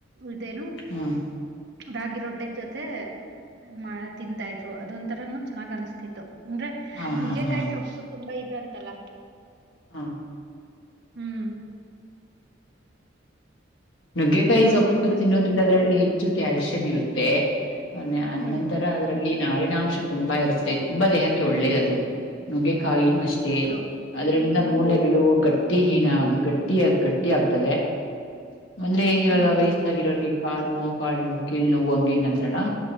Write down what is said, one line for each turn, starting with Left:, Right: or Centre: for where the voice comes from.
Right: ಇದೇನು
Left: ಹ್ಮ್
Right: ರಾಗಿ ರೊಟ್ಟೆ ಜೊತೆ ಮ ತಿಂತಾ ಇದ್ರು ಅದೊಂಂತರನು ಚೆನ್ನಾಗ್ ಅನಿಸತಿತ್ತು ಅಂದ್ರೆ
Left: ಹಾ
Right: ನುಗ್ಗೆಕಾಯಿ
Left: ಹಾ ಹಾ
Right: ಸೊಪ್ಪು ತುಂಬಾ ಇದೆ ಅಂತಲಾ
Left: ಹಾ
Right: ಹ್ಮ್
Left: ನುಗ್ಗೆಕಾಯಿ
Right: ಹೌದು
Left: ಸೊಪ್ಪು ತಿನ್ನೋದ್ರಿಂದ ಅದರಲ್ಲಿ ಹೆಚ್ಚು ಕ್ಯಾಲ್ಸಿಯಂ ಇರುತ್ತೆ
Right: ಹ್ಮ್
Left: ಅನಂತರ ಲ್ಲಿ ನಾರಿನಾಂಶ ತುಂಬಾ ಇರುತ್ತೆ ತುಂಬಾ ದೇಹಕ್ಕೆ ಒಳ್ಳೇದ ಅದು ನುಗ್ಗೆಕಾಯಿನೂ ಅಷ್ಟೇ
Right: ಅದು
Left: ಅದ್ರಲ್ಲಿಂದ
Right: ಹ್ಮ್
Left: ಮೂಳೆಗಳು ಗಟ್ಟಿ ಹೀನ ಗಟ್ಟಿ ಗಟ್ಟಿ ಆಗ್ತವೆ ಅಂದ್ರೆ ಇವಾಗ
Right: ಹೌದು
Left: ವಯಸ್ ಗಿರೋರಿಗೆ ಕಾಳ್ ನೋವು ಕೀಳ್ ನೋವು ಹಂಗ ಹೆಂಗ ಅಂತಾರಲ್ಲಾ